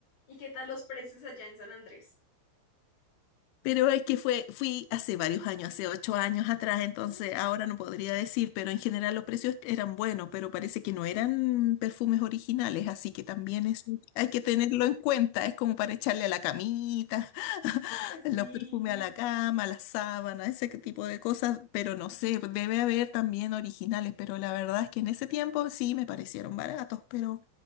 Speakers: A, on the left; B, on the left.
A: ¿Y qué tal los precios allá en San Andrés?
B: Pero es que fue, fui hace varios años, hace ocho años atrás, entonces
A: <laughs>
B: ahora no podría decir, pero en general los precios eran buenos, pero parece que no eran perfumes originales, así que también es hay que tenerlo en cuenta, es como para echarle a la camita, <laughs>
A: Sí.
B: los perfumes a la cama, a la sábana, ese que tipo de cosas, pero no sé, debe haber también originales, pero la verdad es que en ese tiempo sí me parecieron baratos, pero,